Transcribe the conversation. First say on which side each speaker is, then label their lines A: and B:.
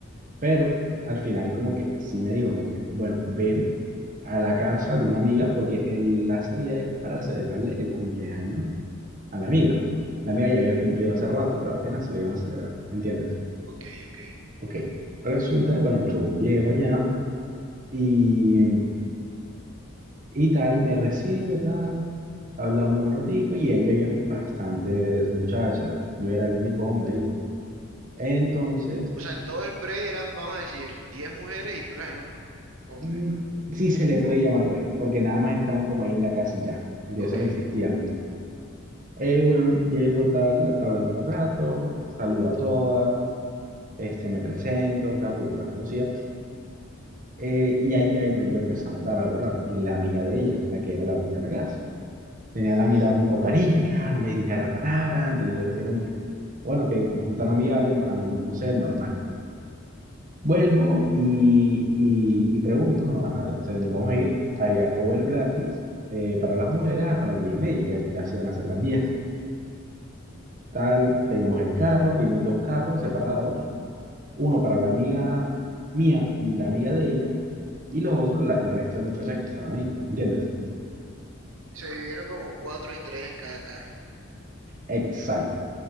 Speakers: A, on the right; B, on the right.
A: Pero al final como que sí me dijo como que, bueno, ven a la casa de una amiga porque el- la salida es para celebrarle el cumpleaños a mi amiga. La amiga ya había cumplido hace rato, pero apenas se lo iban a celebrar, ¿entiendes?
B: Ok, ok.
A: Ok. Resulta, que, bueno, yo llego allá y, y tal, me recibe, tal. Hablamos un ratico y ahí habían bastantes muchachas. Yo era el único hombre ahí. Entonces,
B: O sea, en todo el pre eran, vamos a decir, 10 mujeres y tú eras el único hombre.
A: Mm, Sí se le puede llamar pre, porque nada más estaban como ahí en la casa y ya, de
B: Ok.
A: solo existían. Eh, bueno, llego tal, hablamos un rato, saludo a todas, este, me presento, tal, porque yo no las conocía. Eh, y ahí ya no- yo empecé a notar algo raro, y la amiga de ella, la que era la dueña de la casa. Tenía
B: Ujú.
A: la mirada un poco arisca, no me dirigía la palabra, entonces yo decía como que, bueno, ok, no son tan amigables, me acaban de conocer, normal. Vuelvo y, y- y pregunto, bueno, ajá, entonces nos vamos a ir ahí a cover gratis eh, para las mujeres hasta las diez y media, ya, ya se iban a ser las diez Tal, pedimos el carro, pedimos dos carros separados, uno para la amiga mía y la amiga de ella, y los otros, la- el resto de muchachas que estaban ahí, ¿entiendes?
B: Y Se dividieron como cuatro y tres en cada carro.
A: Exacto.